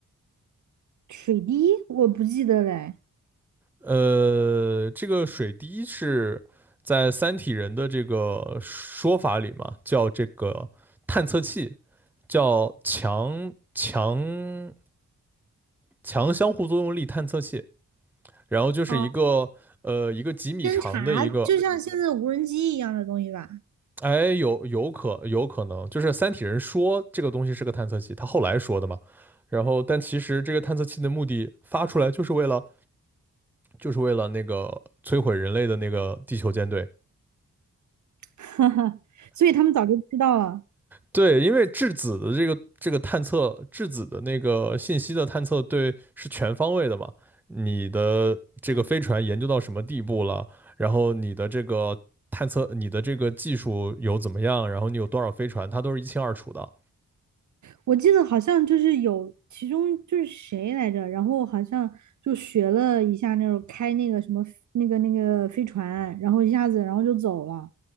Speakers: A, on the right; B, in the centre.
A: 水滴我不记得嘞。
B: 呃，这个水滴是在三体人的这个说法里嘛，叫这个探测器，叫强强强相互作用力探测器。然后就是一个呃一个几米长的一个
A: 哦，侦察就像现在的无人机一样的东西吧？
B: 哎，有有可有可能，就是三体人说这个东西是个探测器，他后来说的嘛。然后，但其实这个探测器的目的发出来就是为了，就是为了那个摧毁人类的那个地球舰队。
A: <laughs> 所以他们早就知道了。
B: 对，因为质子的这个这个探测，质子的那个信息的探测，对，是全方位的嘛。你的这个飞船研究到什么地步了？然后你的这个探测，你的这个技术有怎么样？然后你有多少飞船，它都是一清二楚的。
A: 我记得好像就是有其中就是谁来着，然后好像就学了一下那种开那个什么那个那个飞船，然后一下子然后就走了，